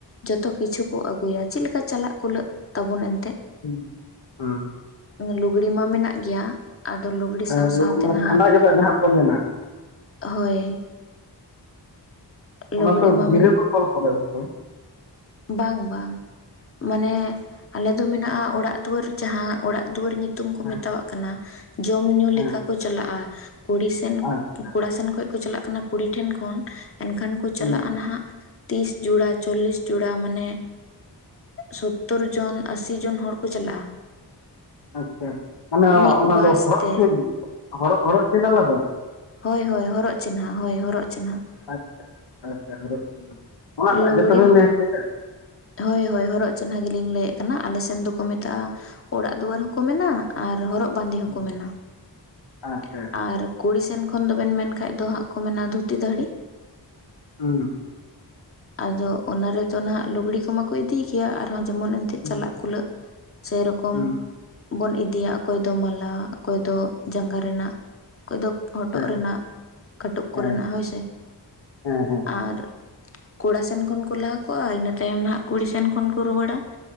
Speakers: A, on the left; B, on the left.
A: ᱡᱚᱛᱚ ᱠᱤᱪᱷᱩ ᱠᱚ, ᱟᱹᱜᱩᱭᱟ ᱪᱮᱫ ᱞᱮᱠᱟ ᱪᱟᱞᱟᱜ ᱠᱩᱞᱟᱹᱜ ᱛᱟᱵᱩᱱ ᱮᱱᱛᱮ
B: ᱦᱩᱸ ᱦᱩᱸ
A: ᱞᱩᱜᱽᱲᱤ ᱢᱟ ᱢᱮᱱᱟᱜ ᱜᱮᱭᱟ ᱾ ᱟᱫᱚ ᱞᱩᱜᱽᱲᱤ
B: ᱦᱮᱸ
A: ᱥᱟᱶᱥᱟᱶᱛᱮ
B: ᱞᱩ- ᱢᱟᱱᱮ
A: ᱱᱟᱦᱟᱜ
B: ᱠᱷᱟᱸᱰᱟ ᱜᱮᱸᱫᱟᱜ ᱡᱟᱦᱟᱸ ᱠᱚ ᱢᱮᱱᱟ
A: ᱦᱳᱭ
B: ᱚᱱᱟ
A: ᱞᱩᱜᱽᱲᱤ
B: ᱛᱚ
A: ᱢᱟ
B: ᱜᱤᱨᱟᱹ
A: ᱢᱮᱱᱟᱜ
B: ᱠᱚ ᱛᱚᱞ ᱯᱚᱨᱮ ᱚᱠᱛᱚ ᱾
A: ᱵᱟᱝ ᱵᱟᱝ ᱢᱟᱱᱮ ᱟᱞᱮ ᱫᱚ ᱢᱮᱱᱟᱜᱼᱟ ᱾ ᱚᱲᱟᱜ ᱫᱩᱣᱟᱹᱨ ᱡᱟᱸᱦᱟᱸ ᱚᱲᱟᱜ ᱫᱩᱣᱟᱹᱨ ᱧᱩᱛᱩᱢ ᱠᱚ ᱢᱮᱛᱟᱣᱟᱜ
B: ᱦᱮᱸ
A: ᱠᱟᱱᱟ, ᱡᱚᱢ ᱧᱩ ᱞᱮᱠᱟ
B: ᱦᱮᱸ
A: ᱠᱚ ᱪᱟᱞᱟᱜᱼᱟ ᱾ ᱠᱩᱲᱤ ᱥᱮᱱ,
B: ᱟᱪᱪᱷᱟ
A: ᱠᱚᱲᱟ ᱥᱮᱱ ᱠᱷᱚᱱ ᱠᱚ ᱪᱟᱞᱟᱜ ᱠᱟᱱᱟ ᱠᱩᱲᱤ ᱴᱷᱮᱱ ᱠᱷᱚᱱ ᱮᱱᱠᱷᱟᱱ ᱠᱚ ᱪᱟᱞᱟᱜᱼᱟ᱾
B: ᱦᱩᱸ
A: ᱱᱟᱦᱟᱜ ᱛᱤᱨᱤᱥ ᱡᱳᱲᱟ, ᱪᱚᱞᱞᱤᱥ ᱡᱳᱲᱟ ᱢᱟᱱᱮ ᱥᱚᱛᱚᱨ ᱡᱚᱱ ᱟᱥᱤ ᱡᱚᱱ ᱦᱚᱲ ᱠᱚ ᱪᱟᱞᱟᱜᱼᱟ᱾
B: ᱟᱪᱪᱷᱟ ᱚᱱᱟ
A: ᱢᱤᱫ
B: ᱚᱱᱟ
A: ᱵᱟᱥ
B: ᱫᱚ ᱦᱚᱨᱚᱜ
A: ᱛᱮ
B: ᱪᱤᱱ, ᱦᱚᱨᱚᱜ ᱦᱚᱨᱚᱜ ᱪᱤᱱ ᱟᱞᱟᱫᱟ?
A: ᱦᱳᱭ- ᱦᱳᱭ ᱦᱚᱨᱚᱜ ᱪᱤᱱᱦᱟ. ᱦᱳᱭ ᱦᱚᱨᱚᱜ ᱪᱤᱱᱦᱟ. ᱾
B: ᱟᱪᱪᱷᱟ ᱟᱪᱪᱷᱟ ᱦᱚᱨᱚᱜ ᱪᱤᱱᱦᱟᱹ ᱚᱱᱟ ᱴᱟᱜ
A: ᱞᱩᱜᱽᱲᱤ
B: ᱜᱮᱛᱚ ᱵᱤᱱ ᱞᱟᱹᱭ ᱦᱚᱪᱚᱭᱫᱟ?
A: ᱦᱳᱭ ᱦᱳᱭ ᱦᱚᱨᱚᱜ ᱪᱤᱱᱦᱟᱹ ᱜᱮᱞᱤᱧ ᱞᱟᱹᱭᱮᱜ ᱾ ᱠᱟᱱᱟ ᱟᱞᱮ ᱥᱮᱱ ᱫᱚᱠᱚ ᱢᱮᱛᱟᱜᱼᱟ, ᱚᱲᱟᱜ ᱫᱩᱣᱟᱹᱨ ᱦᱚᱸᱠᱚ ᱢᱮᱱᱟ ᱾ ᱟᱨ ᱦᱚᱨᱚᱜ ᱵᱟᱸᱫᱮ ᱦᱚᱸᱠᱚ
B: ᱦᱩᱸ,
A: ᱢᱮᱱᱟ ᱾
B: ᱟᱪᱪᱷᱟ
A: ᱟᱨ ᱠᱩᱲᱤ ᱥᱮᱱ ᱠᱷᱚᱱ ᱫᱚᱵᱮᱱ ᱢᱮᱱ ᱠᱷᱟᱡ, ᱫᱚ ᱦᱟᱸᱜ ᱠᱚ ᱢᱮᱱᱟ ᱫᱷᱩᱛᱤ ᱫᱟᱲᱹᱦᱲᱤ ᱾
B: ᱦᱩᱸ
A: ᱟᱫᱚ ᱚᱱᱟ ᱨᱮᱫᱚ ᱱᱟᱦᱟᱜ ᱞᱩᱜᱽᱲᱤ ᱠᱚᱢᱟ ᱠᱚ ᱤᱫᱤᱭ ᱜᱮᱭᱟ ᱾ ᱟᱨᱦᱚᱸ ᱡᱮᱢᱚᱱ ᱮᱱᱛᱮ
B: ᱦᱩᱸ
A: ᱪᱟᱞᱟᱜ ᱠᱩᱞᱟᱹᱜ ᱥᱮᱨᱚᱠᱚᱢ
B: ᱦᱩᱸ
A: ᱵᱚᱱ ᱤᱫᱤᱭᱟ ᱾ ᱚᱠᱚᱭ ᱫᱚ ᱢᱟᱞᱟ, ᱚᱠᱚᱭ ᱫᱚ ᱡᱟᱸᱜᱟ ᱨᱮᱱᱟᱜ, ᱚᱠᱚᱭ ᱫᱚ ᱦᱚᱴᱚᱜ
B: ᱦᱮᱸ
A: ᱨᱮᱱᱟᱜ, ᱠᱟᱹᱴᱩᱵ ᱠᱚᱨᱮᱱᱟᱜ
B: ᱦᱮᱸ
A: ᱦᱳᱭᱥᱮ
B: ᱦᱮᱸ ᱦᱮᱸ
A: ᱟᱨ ᱠᱚᱲᱟ ᱥᱮᱱ ᱠᱷᱚᱱ ᱠᱚ ᱞᱟᱦᱟ ᱠᱚᱣᱟ, ᱤᱱᱟᱹ ᱛᱟᱭᱚᱢ ᱱᱟᱦᱟᱸᱜ ᱠᱩᱲᱤ ᱥᱮᱱ ᱠᱷᱚᱱ ᱠᱚ ᱨᱩᱣᱟᱹᱲᱟ ᱾